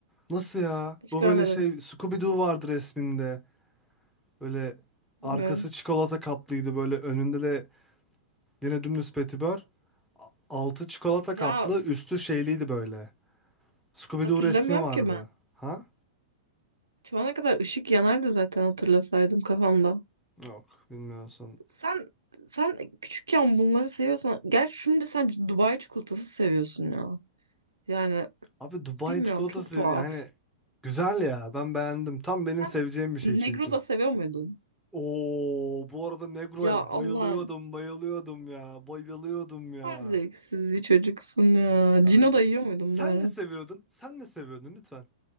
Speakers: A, in the centre; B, on the right.
A: Nasıl ya?
B: Hiç
A: Bu
B: görmedim.
A: böyle şey Scooby-Doo vardı resminde. Böyle arkası
B: Bilmiyorum.
A: çikolata kaplıydı böyle önünde de yine dümdüz Petibör. A- Altı çikolata
B: Ya
A: kaplı, üstü şeyliydi böyle. Scooby-Doo
B: hatırlamıyorum
A: resmi vardı.
B: ki ben.
A: Ha?
B: Şu ana kadar ışık yanardı zaten hatırlasaydım kafamda.
A: Yok, bilmiyorsun.
B: Sen sen küçükken bunları seviyorsan, gerçi şimdi sen Dubai çikolatası seviyorsun ya. Yani
A: Abi Dubai
B: bilmiyorum
A: çikolatası
B: çok tuhaf.
A: yani güzel ya. Ben beğendim. Tam benim
B: Sen
A: seveceğim bir şey
B: Negro
A: çünkü.
B: da seviyor muydun?
A: Oo bu arada Negro'ya
B: Ya Allah'ım.
A: bayılıyordum, bayılıyordum ya. Bayılıyordum ya.
B: Her zevksiz bir çocuksun ya.
A: Ya
B: Cino
A: yürü.
B: da yiyor muydun
A: sen
B: bari?
A: ne seviyordun? Sen ne seviyordun lütfen?